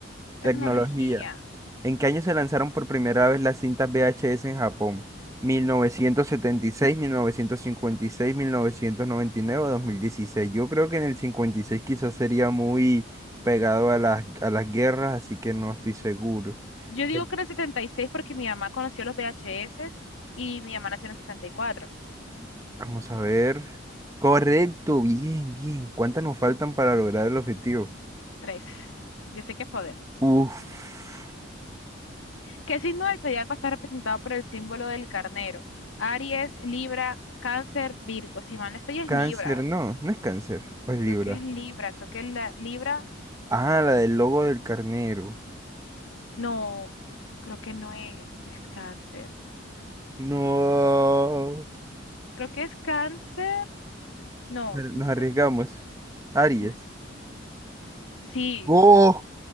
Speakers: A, on the right (about 15°); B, on the left (about 80°).
A: Tecnología.
B: Tecnología.
A: ¿En qué año se lanzaron por primera vez las cintas VHS en Japón? Mil mil mil novecientos novecientos novecientos setenta y seis, mil novecientos cincuenta y seis, seis, cincuenta noventa y nueve o 2016. Yo creo que en el 56 quizás sería muy pegado a las, a las guerras, así que no estoy seguro.
B: Yo digo
A: Eh,
B: que era el 76 porque mi mamá conoció los VHS y mi mamá nació en el 74.
A: Vamos a ver. Correcto, bien, bien. ¿Cuántas nos faltan para lograr el objetivo?
B: Tres. Yo sé que podemos.
A: Uf,
B: ¿Qué signo del zodiaco está representado por el símbolo del carnero? Aries, Libra, Cáncer, Virgo. Si mal no estoy, es
A: cáncer,
B: Libra.
A: no, no es cáncer, o es Libra.
B: Creo que es Libra. Creo que es la Libra.
A: Ah, la del logo del carnero.
B: No, creo que no es. o Es Cáncer.
A: No,
B: Creo que es Cáncer. No,
A: pero
B: entonces.
A: nos arriesgamos. Aries.
B: no es- sí,
A: ¡Oh!